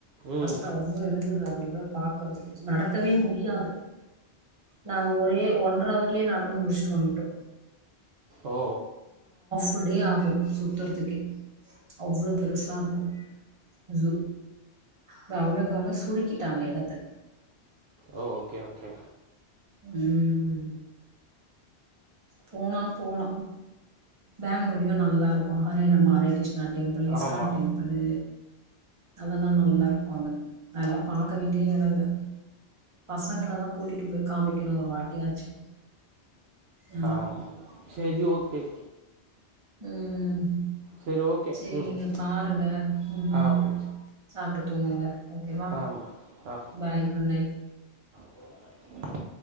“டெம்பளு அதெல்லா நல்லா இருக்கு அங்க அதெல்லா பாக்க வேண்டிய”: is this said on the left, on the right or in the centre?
Right